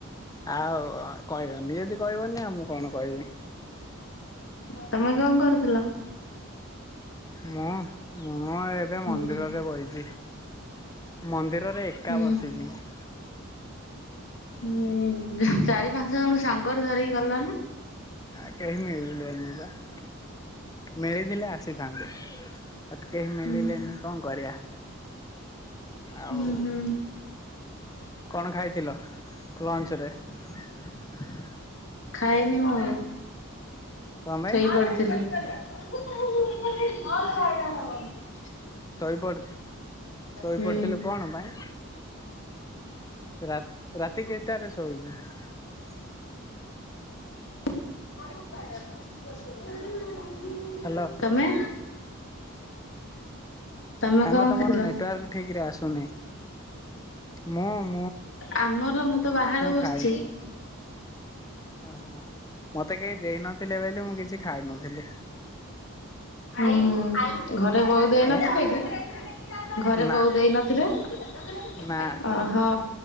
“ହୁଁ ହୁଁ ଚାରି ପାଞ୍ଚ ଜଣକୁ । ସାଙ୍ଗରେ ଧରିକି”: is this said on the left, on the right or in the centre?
Left